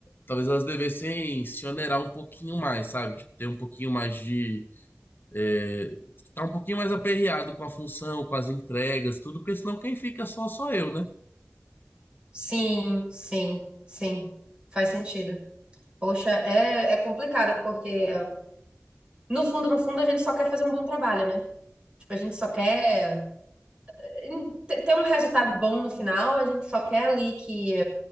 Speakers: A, on the left; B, on the right.
A: talvez elas devessem se onerar um pouquinho mais, sabe? Tipo, ter um pouquinho mais de é, Tá um pouquinho mais aperreado com a função, com as entregas, tudo, porque senão quem fica só sou eu, né?
B: Sim, sim, sim. Faz sentido. Poxa, é, é complicado porque no fundo, no fundo, a gente só quer fazer um bom trabalho, né? Tipo, a gente só quer em- ter ter um resultado bom no final, a gente só quer ali que